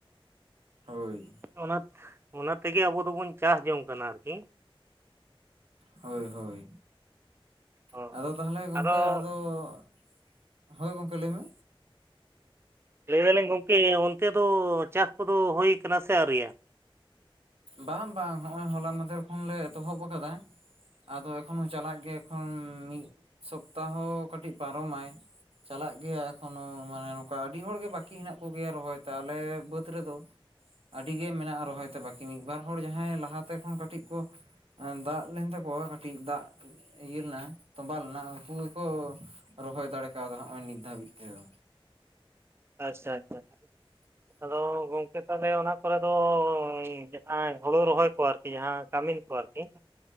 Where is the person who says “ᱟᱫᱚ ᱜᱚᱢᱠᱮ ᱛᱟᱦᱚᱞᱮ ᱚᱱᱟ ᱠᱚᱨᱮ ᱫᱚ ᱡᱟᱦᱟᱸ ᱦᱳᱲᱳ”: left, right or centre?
Right